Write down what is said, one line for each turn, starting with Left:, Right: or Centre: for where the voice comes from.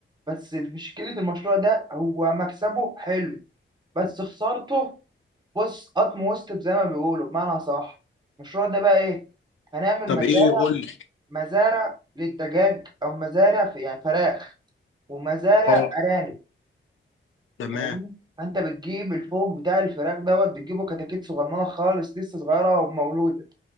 Right: بس مشكله المشروع ده هو مكسبه حلو بس خسارته بص قطم وسط زي ما بيقولوا بمعنى صح المشروع ده بقى ايه هنعمل
Left: طب
Right: مزارع
Left: ايه قول لي
Right: مزارع للدجاج او مزارع في يعني فراخ ومزارع
Left: اه
Right: ارانب
Left: تمام
Right: فاهمني؟ فانت بتجيب الفوق بتاع الفراخ دوت بتجيبه كتاكيت صغننه خالص لسه صغيره ومولود